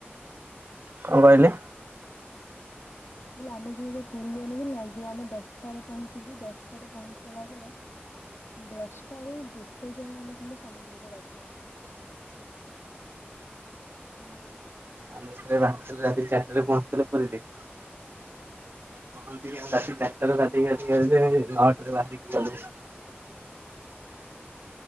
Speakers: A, on the right; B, on the left.
A: କଣ କହିଲେ?
B: ଆମେ ଯବେ ପୁରୀ ଯାଇନଥିଲୁ ନା, ଯଉ ଆମେ ଦଶଟାରେ ପହଞ୍ଚିଲୁ, ଦଶଟାରେ ପହଞ୍ଚିି ସାଇଲା ପରେ ଦଶଟା ରୁ ଗୋଟେ ଯାଏ, ଆମେ ଖାଲି ସମୁଦ୍ର ରେ ଗାଧେଇଚୁ। ଉହୁଁ।
A: ଆମେ ରାତିରେ ରାତି ଚାରିଟାରେ ପହଞ୍ଚଥିଲେ ପୁରୀରେ। ପହଞ୍ଚିକି, ଆଉ ରାତି ଚାରିଟାରୁ ଗାଧେଇକି ଆସିକି ଆଇଲେ, ନଅଟାରୁ ବାହାରିକି ଗଲୁ।